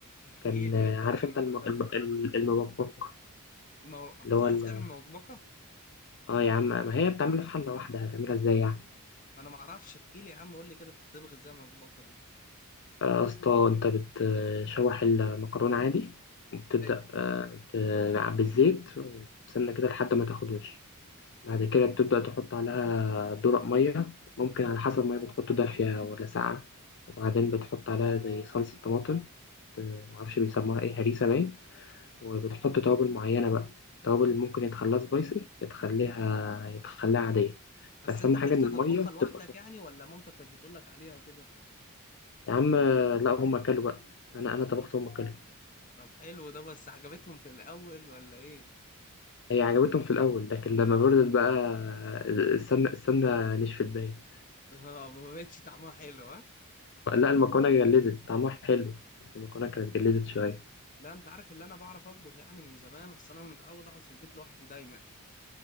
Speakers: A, on the left; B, on the left.
A: احكي
B: كان
A: لي
B: آه،
A: ايه الطبخة
B: عارف
A: اللي
B: أنت
A: عملتها
B: الم- الم- ال- المبكبك
A: ما بتعرف
B: اللي هو ال-
A: تعمل مبكبكة
B: آه يا عم ما هي بتعملها في حلة واحدة هتعملها إزاي يعني
A: ما انا ما اعرفش احكي لي يا عم قول لي كده بتطبخ ازاي المطبخه دي
B: آه، يا اسطى أنت بتشوح المكرونة عادي وبتبدأ
A: حلو
B: آه، ت- بالزيت وتستنى كده لحد ما تاخد وش بعد كده بتبدأ تحط عليها درق مية ممكن على حسب المية بتحطه دافية ولا ساقعة وبعدين بتحط عليها زي صلصة طماطم آه، معرفش بيسموها إيه هريسة باين وبتحط توابل معينة بقى توابل ممكن يتخليها سبايسي يتخليها يتخليها عادية
A: بس
B: بس
A: انت
B: أهم
A: عرفت
B: حاجة إن
A: تطبخها
B: المية
A: لوحدك
B: تبقى فوق
A: يعني ولا مامتك كانت بتقول لك عليها وكده
B: يا عم لا هم أكلوا بقى أنا أنا طبخت هم أكلوا
A: طب حلو ده بس عجبتهم في الاول ولا ايه
B: هي عجبتهم في الأول لكن لما بردت بقى السمنة السمنة نشفت باين
A: <laughs> اه ما بقتش طعمها حلو ها
B: لا المكرونة جلدت طعمها حلو بس المكرونة كانت جلدت شوية
A: لا انت عارف اللي انا بعرف اطبخ يعني من زمان اصل انا متعود اقعد في البيت لوحدي دايما